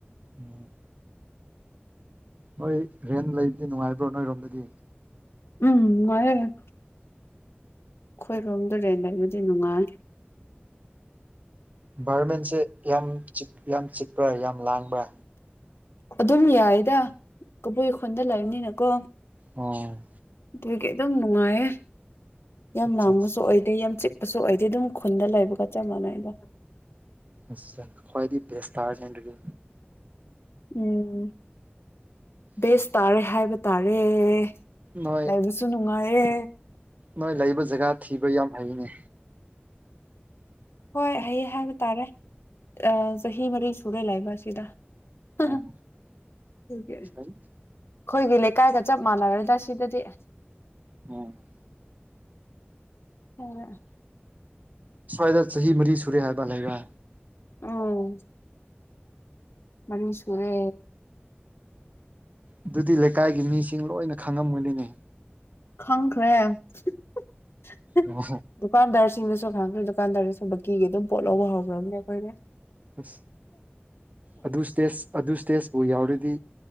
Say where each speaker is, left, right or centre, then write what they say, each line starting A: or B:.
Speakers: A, on the right; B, on the left.
A: ꯎꯝ <inaudible> ꯍꯣꯏ ꯔꯦꯟꯇ ꯂꯩꯕꯗꯤ ꯅꯨꯡꯉꯥꯏꯕ꯭ꯔꯣ ꯅꯣꯏꯔꯣꯝꯗꯗꯤ
B: ꯎꯝ ꯅꯨꯡꯉꯥꯏꯌꯦ ꯑꯩꯈꯣꯏꯔꯣꯝꯗꯥ ꯔꯦꯟ ꯂꯩꯕꯗꯤ ꯅꯨꯡꯉꯥꯏ
A: ꯏꯟꯚꯥꯏꯔꯣꯟꯃꯦꯟꯁꯦ ꯌꯥꯝ ꯆꯤꯛ ꯌꯥꯝ ꯆꯤꯛꯄ꯭ꯔꯥ ꯌꯥꯝ ꯂꯥꯡꯕ꯭ꯔꯥ
B: ꯑꯗꯨꯝ ꯌꯥꯏꯗ ꯀꯕꯨꯏ ꯈꯨꯟꯗ ꯂꯩꯕꯅꯤꯅꯀꯣ
A: ꯑꯣ
B: ꯑꯗꯨꯒꯤ ꯑꯗꯨꯝ ꯅꯨꯡꯉꯥꯏꯌꯦ ꯌꯥꯝ
A: ꯑꯠꯆꯥ
B: ꯂꯥꯡꯕꯁꯨ ꯑꯣꯏꯗꯦ ꯌꯥꯝ ꯆꯤꯛ ꯑꯁꯨ ꯑꯣꯏꯗꯦ ꯑꯗꯨꯝ ꯈꯨꯟꯗ ꯂꯩꯕꯒ ꯆꯞ ꯃꯥꯟꯅꯩꯗ
A: ꯑꯥꯁꯥ ꯈꯋ꯭ꯥꯢꯗꯩꯩ ꯕꯦꯁ ꯇꯥꯔꯥꯅꯤ ꯑꯗꯨꯗꯤ
B: ꯎꯝ ꯕꯦꯁ ꯇꯥꯔꯦ ꯍꯥꯏꯕ ꯇꯥꯔꯦ
A: ꯅꯣꯏ
B: ꯂꯩꯕꯁꯨ ꯅꯨꯡꯉꯥꯏꯌꯦ
A: ꯅꯣꯏ ꯂꯩꯕ ꯖꯒꯥ ꯊꯤꯕ ꯌꯥꯝ ꯍꯩꯌꯦꯅꯦ
B: ꯍꯣꯏ ꯍꯩꯌꯦ ꯍꯥꯏꯕ ꯇꯥꯔꯦ ꯑꯥ ꯆꯍꯤ ꯃꯔꯤ ꯁꯨꯔꯦ ꯂꯩꯕ ꯑꯁꯤꯗ ꯍꯥ
A: ꯎꯝ
B: ꯍꯥ ꯑꯗꯨꯒꯤ <inaudible>
A: ꯐꯩ
B: ꯑꯩꯈꯣꯏꯒꯤ ꯂꯩꯀꯥꯏꯒ ꯆꯞ ꯃꯥꯟꯅꯔꯦꯗ ꯁꯤꯗꯗꯤ
A: ꯎꯝ <inaudible>
B: <inaudible> ꯎꯝ
A: ꯁ꯭ꯋꯥꯏꯗ ꯆꯍꯤ ꯃꯔꯤ ꯁꯨꯔꯦ ꯍꯥꯏꯕ ꯂꯩꯕ
B: ꯎꯝ ꯃꯔꯤ ꯁꯨꯔꯦ
A: ꯑꯗꯨꯗꯤ ꯂꯩꯀꯥꯏꯒꯤ ꯃꯤꯁꯤꯡ ꯂꯣꯏꯅ ꯈꯪꯉꯝꯒꯅꯤꯅꯦ
B: ꯈꯪꯈ꯭ꯔꯦ <unintelligible>
A: ꯑꯣ
B: ꯗꯨꯀꯥꯟꯗꯥꯔꯁꯤꯡꯗꯁꯨ ꯈꯪꯈ꯭ꯔꯦ ꯗꯨꯀꯟꯗꯥꯔꯗꯁꯨ ꯕꯥꯀꯤꯒꯤ ꯑꯗꯨꯝ ꯄꯣꯠ ꯂꯧꯕ ꯍꯧꯈ꯭ꯔꯕꯅꯦ ꯑꯩꯈꯣꯗꯤ
A: ꯑꯁ ꯑꯗꯨ ꯁꯇꯦꯖ ꯑꯗꯨ ꯁꯇꯦꯖꯄꯨ ꯌꯥꯎꯔꯗꯤ